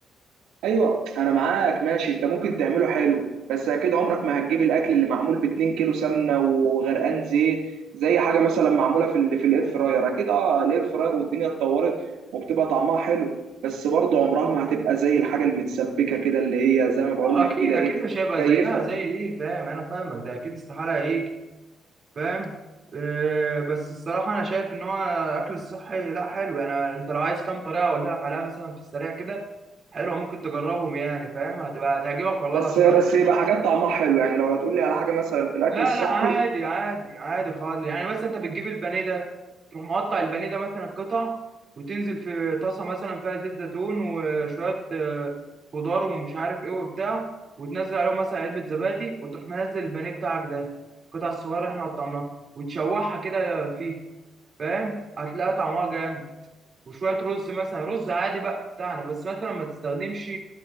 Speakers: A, on the right (about 85°); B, on the right (about 40°).
A: ايوه انا معاك ماشي انت ممكن تعمله حلو بس اكيد عمرك ما هتجيب الاكل اللي معمول ب 2 كيلو سمنه وغرقان زيت زي حاجه مثلا معموله في ال في الاير فراير اكيد اه الاير فراير والدنيا اتطورت وبتبقى طعمها حلو بس برضه عمرها ما هتبقى زي الحاجه المتسبكه كده اللي هي زي ما بقول
B: اه
A: لك
B: اكيد
A: كده
B: اكيد
A: ايه
B: مش هيبقى
A: كيفها
B: زيها زي دي فاهم انا فاهمك ده اكيد استحاله ايه فاهم آه، بس الصراحة أنا شايف إن هو أكل الصحي لأ حلو يعني أنت لو عايز كام طريقة أقولها لك عليها مثلا في السريع كده حلوة ممكن تجربهم يعني فاهم هتبقى هتعجبك والله
A: بس
B: العظيم
A: بس
B: أوي
A: يبقى حاجات طعمها حلو يعني لو هتقول لي على حاجه مثلا في الاكل
B: لا
A: الصحي
B: لا عادي عادي عادي خالص يعني مثلا أنت بتجيب البانيه ده تروح مقطع البانيه ده مثلا قطع وتنزل في طاسة مثلا فيها زيت زيتون وشوية آه، خضار ومش عارف إيه وبتاع وتنزل عليهم مثلا علبة زبادي وتروح منزل البانيه بتاعك ده القطع الصغيرة اللي إحنا قطعناها وتشوحها كده فيه فاهم هتلاقي طعمها جامد وشويه رز مثلا رز عادي بقى بتاعنا بس مثلا ما تستخدمش